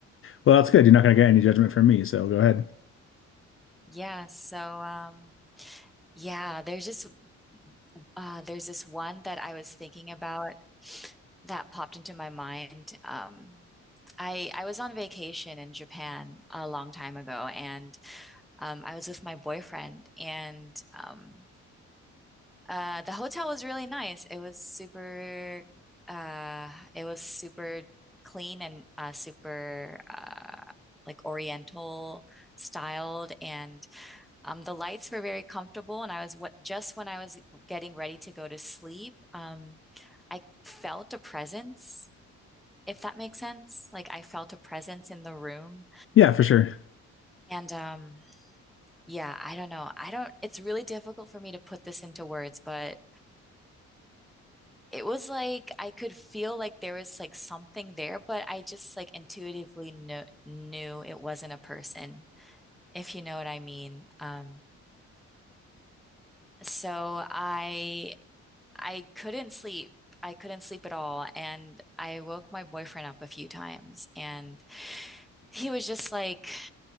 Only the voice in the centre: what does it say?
Yeah, so um yeah, there's just Uh, there's this one that I was thinking about that popped into my mind. Um, I I was on vacation in Japan a long time ago, and um, I was with my boyfriend, and um, uh, the hotel was really nice. It was super, uh, it was super clean and uh, super uh, like Oriental styled, and um, the lights were very comfortable, and I was what just when I was getting ready to go to sleep, um, I felt a presence, if that makes sense. Like I felt a presence in the room.
And um, yeah, I don't know. I don't, it's really difficult for me to put this into words, but it was like I could feel like there was like something there, but I just like intuitively knew, knew it wasn't a person, if you know what I mean. Um, so I I couldn't sleep. I couldn't sleep at all. And I woke my boyfriend up a few times and he was just like,